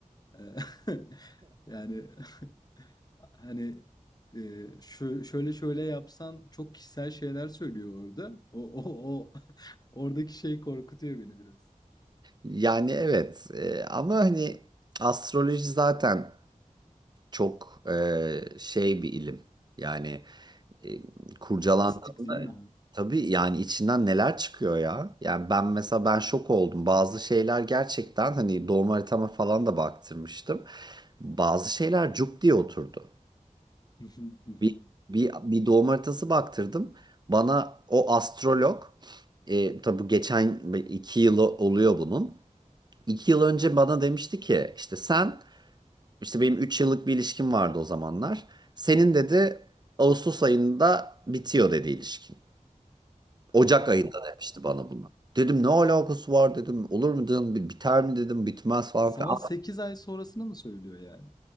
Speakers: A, on the left (about 30°); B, on the right (about 30°).
A: Eee, <laughs> yani, <laughs> hani, eee, şö şöyle şöyle yapsan çok kişisel şeyler söylüyor orada. O o o <laughs> oradaki şey korkutuyor beni biraz.
B: Yani evet e, ama hani astroloji zaten çok e, şey bir ilim. Yani e, kurcalandığında
A: Mistik değil mi ya? <laughs>
B: tabii yani içinden neler çıkıyor ya. Yani ben mesela ben şok oldum. Bazı şeyler gerçekten hani doğum haritama falan da baktırmıştım. Bazı şeyler cuk diye oturdu.
A: Hı
B: Bir, bir, bir doğum haritası baktırdım. Bana o astrolog, e, tabi bu geçen iki yıl oluyor bunun. İki yıl önce bana demişti ki işte sen, işte benim üç yıllık bir ilişkim vardı o zamanlar. Senin dedi Ağustos ayında bitiyor dedi ilişkin. Ocak ayında demişti bana bunu. Dedim ne alakası var dedim. Olur mu dedim. Biter mi dedim. Bitmez falan
A: Sana
B: filan.
A: 8 ay sonrasını mı söylüyor yani?